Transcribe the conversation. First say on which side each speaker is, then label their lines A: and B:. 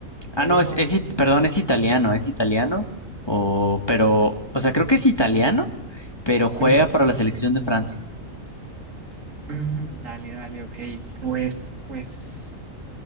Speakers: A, on the left (about 20°); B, on the right (about 70°).
A: Ah,
B: creo.
A: no, es, es it- perdón, es italiano, es italiano, o, pero, o sea, creo que es italiano, pero juega
B: Ujú.
A: para la selección de Francia.
B: Mm, Dale, dale, ok. Pues, pues,